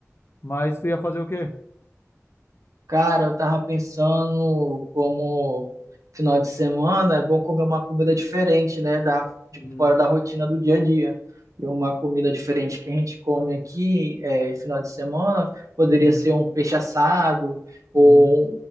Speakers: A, on the left; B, on the right.
A: Mas tu ia fazer o quê?
B: Cara, eu tava pensando como final de semana é bom comer uma comida diferente, né? Da, tipo,
A: Uhum,
B: fora da rotina do dia a dia. E uma comida diferente que a gente come aqui é, final de semana poderia
A: uhum,
B: ser um peixe assado ou
A: uhum, uhum,